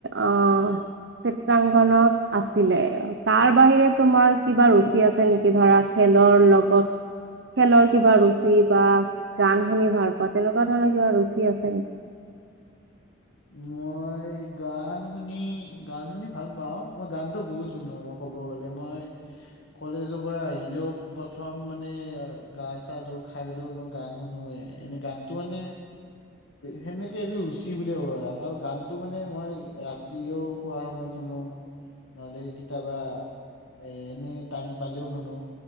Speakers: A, on the right; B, on the left.
A: আহ চিত্ৰাংগনত আছিলে তাৰ বাহিৰে তোমাৰ কিবা ৰুচি আছে নেকি ধৰা খেলৰ লগত খেলৰ কিবা ৰুচি বা গান শুনি ভাল পোৱা তেনকা কুৱা ধৰণৰ কিবা ৰুচি আছে নেকি।
B: মই গান শুনি গান শুনি ভাল পাও মই গানতো বহুত শুনো মই ক'ব গলে মই কলেজৰ পৰা আহিলেও প্ৰথম মানে গা চা ধু খাই লৈও মই গান শুনোৱে এনে গানটো মানে সেনেকে এইটো ৰুচি কি বুলি ক'ব পৰা ন আৰু গানটো মানে মই ৰাতিও শোৱাৰ সময়ত শুনো নহ'লে কেতিয়াবা এ এনে টাইম পালেও শুনো